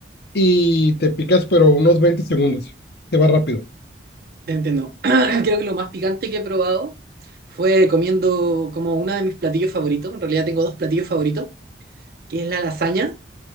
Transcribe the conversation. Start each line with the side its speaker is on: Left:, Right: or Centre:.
Left: y te picas, pero unos 20 segundos. Se va rápido.
Right: Te entiendo. <clears throat> Creo que lo más picante que he probado fue comiendo como uno de mis platillos favoritos. En realidad tengo dos platillos favoritos, que es la lasaña.